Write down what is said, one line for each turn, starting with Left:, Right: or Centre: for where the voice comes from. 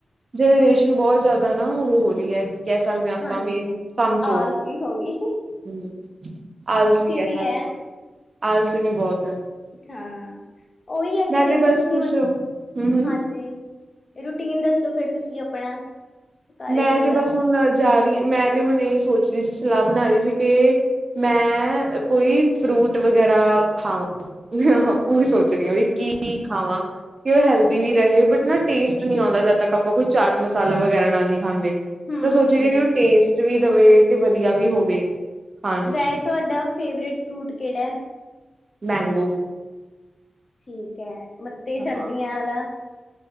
Right: ਜਨਰੇਸ਼ਨ ਬਹੁਤ ਜ਼ਿਆਦਾ ਨਾ ਉਹ ਹੋ ਰਹੀ ਐ ਕਹਿ ਸਕਦੇ ਆ ਆਪਾਂ
Left: ਹਾਂਜੀ।
Right: ਵੀ ਕੰਮ-ਚੋਰ।
Left: ਆਲਸੀ ਹੋ ਗਈ
Right: ਹਮ ਆਲਸੀ ਕਹਿ
Left: ਵੀ
Right: ਸਕਦੇ
Left: ਹੈ
Right: ਆ ਆਲਸੀ ਵੀ ਬਹੁਤ ਐ।
Left: ਹਾਂ, ਉਹੀ ਹੈ ਕਿ ਦੇਖੋਂ
Right: ਤੇ ਬਸ
Left: ਤੁਸੀਂ
Right: ਕੁਛ
Left: ਮਤ
Right: ਹੂੰ ਹੂੰ
Left: ਹਾਂਜੀ ਰੁਟੀਨ ਦੱਸੋਂ ਫਿਰ ਤੁਸੀ ਆਪਣਾ ਸਾਰੇ
Right: ਮੈਂ
Left: ਦਿਨ
Right: ਤੇ
Left: ਦਾ
Right: ਬਸ ਹੁਣ ਜਾ ਰਹੀ ਮੈਂ ਤੇ ਹੁਣ ਇਹੀ ਸੋਚ ਰਹੀ ਸੀ ਸਲਾਹ ਬਣਾ ਰਹੀ ਸੀ ਕਿ ਮੈਂ ਕੋਈ ਫਰੂਟ ਵਗੈਰਾ ਖਾਵਾ <unintelligible> ਉਹ ਵੀ ਸੋਚ ਚ ਰਹੀ ਆ ਵੀ ਕੀ ਕੀ ਖਾਵਾਂ ਤੇ ਉਹ ਹੈਲਦੀ ਵੀ ਰਹੇ ਬਟ ਨਾ ਟੇਸਟ ਨ੍ਹੀਂ ਆਉਂਦਾ ਜਦ ਤੱਕ ਆਪਾਂ ਕੋਈ ਚਾਟ ਮਸਾਲਾਂ ਵਗੈਰਾ ਨਾਲਨੀ ਖਾਂਦੇ
Left: ਹਮ
Right: ਸੋਚ
Left: ਹਮ
Right: ਵੀ ਉਹ ਟੇਸਟ ਦਵੇ ਵੀ ਤੇ ਵਧੀਆਂ ਵੀ ਹੋਵੇ ਖਾਣ ਚ
Left: ਗਏ ਤੁਹਾਡਾ ਫੇਵਰੇਟ ਫਰੂਟ ਕਿਹੜਾ ਏ-?
Right: ਮੈਂਗੋ
Left: ਠੀਕ ਐ ਮੱਤੇ
Right: ਹਾਂ
Left: ਸਰਦੀਆਂ ਆਲਾ